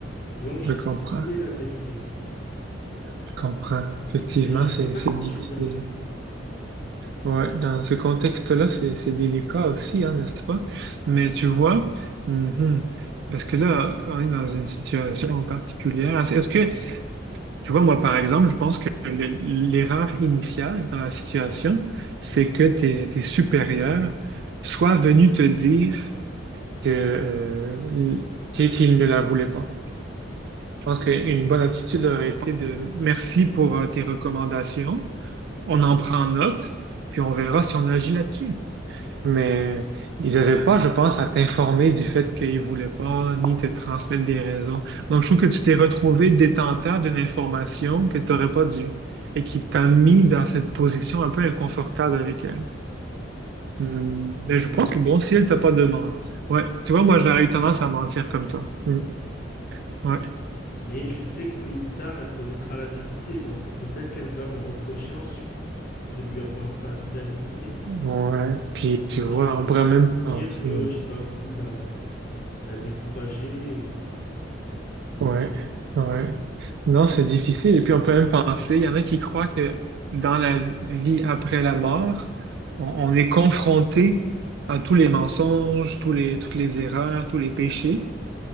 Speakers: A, on the left; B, on the right.
A: Donc,
B: Je
A: j'ai
B: comprends.
A: dissimulé la vérité.
B: Je comprends. Effectivement,
A: Mais je sais
B: c'est
A: pas
B: c'est
A: si
B: difficile.
A: j'ai bien fait.
B: Ouais, dans ce contexte-là, c'est c'est délicat aussi, hein, n'est-ce pas? Mais tu vois, mhm, parce que là, on est dans une situation particulière. Est-ce est-ce que, tu vois, moi, par exemple, je pense que le- l'erreur initiale dans la situation, c'est que tes, tes supérieurs soient venus te dire que, euh, qu'ils qu'ils ne la voulaient pas. Je pense qu'une bonne attitude aurait été de merci pour euh, tes recommandations, on en prend note, puis on verra si on agit là-dessus. Mais ils n'avaient pas, je pense, à t'informer du fait qu'ils voulaient pas ni te transmettre des raisons. Donc, je trouve que tu t'es retrouvé détenteur d'une information que tu n'aurais pas dû et qui t'a mis dans cette position un peu inconfortable avec elle. Hmm, Mais je pense que bon, si elle t'a pas demandé. Ouais, tu vois, moi, j'aurais eu tendance à mentir comme toi. Hmm, Ouais,
A: Mais je sais que tôt ou tard, elle connaîtra la vérité. Donc peut-être qu'elle va me reprocher ensuite de lui avoir pas dit la vérité.
B: ouais. Puis, tu
A: Mais
B: vois,
A: je pourrais
B: on pourrait
A: toujours
B: même
A: lui dire
B: penser.
A: que j'ai pas voulu la, la décourager.
B: Ouais, ouais. Non, c'est difficile. Et puis on peut même penser, il y en a qui croient que dans la vie après la mort, on, on est confronté à tous les mensonges, tous les, toutes les erreurs, tous les péchés,